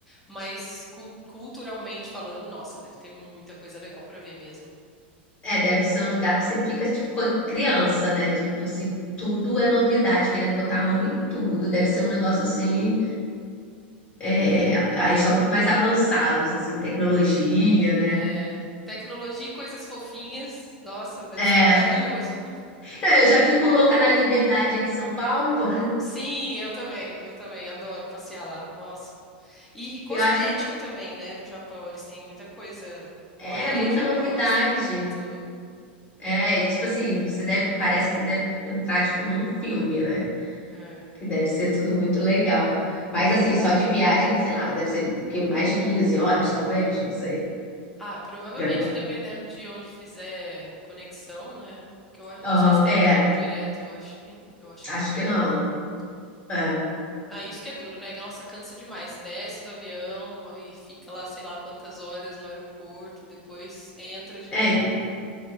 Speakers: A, in the centre; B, on the left.
A: mas cu- culturalmente falando, nossa, deve ter muita coisa legal para ver mesmo.
B: é, deve ser um lugar que você fica, tipo, co- criança, né? Tipo, assim, tudo é novidade, querendo botar a mão em tudo. Deve ser um negócio, assim, é, ah, eles são muito mais avançados, assim, tecnologia, né?
A: É, tecnologia e coisas fofinhas, nossa, deve
B: É.
A: ser maravilhoso. <laughs>
B: Não, eu já fico louca na liberdade aí em São Paulo, <laughs> pô.
A: Sim, eu também, eu também adoro passear lá. Nossa. E, e cosmético
B: Eu acho,
A: também, né? No Japão eles têm muita coisa.
B: é,
A: Coreia
B: muita
A: e Japão
B: novidade.
A: eles têm muito.
B: É, e tipo assim, você deve, parece que você deve entrar tipo num filme, né?
A: É.
B: Que deve ser tudo muito legal. Mas assim, só de viagem, sei lá, deve ser o quê? mais de 15 horas, talvez, não sei,
A: Ah, provavelmente
B: de avião.
A: dependendo de onde fizer conexão, né? Porque eu a- não
B: Aham,
A: sei se tem
B: é,
A: voo direto, eu acho que eu acho que
B: acho
A: não tem.
B: que não. É.
A: Ai. Ah, isso que é duro, né? Nossa, cansa demais. Desce do avião, aí fica lá sei lá quantas horas no aeroporto, depois entra de
B: É,
A: novo.